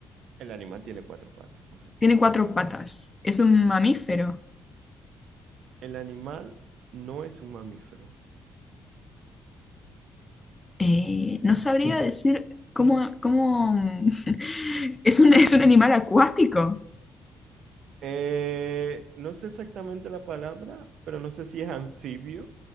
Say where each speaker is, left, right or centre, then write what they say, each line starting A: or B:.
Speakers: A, on the right; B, on the left.
A: El animal tiene cuatro patas, correcto.
B: tiene cuatro patas, es un mamífero.
A: El animal no es un mamífero.
B: Eh, no sabría decir cómo, cómo... <laughs> ¿Es un, es un animal acuático?
A: Eh, no sé exactamente la palabra, pero no sé si es anfibio,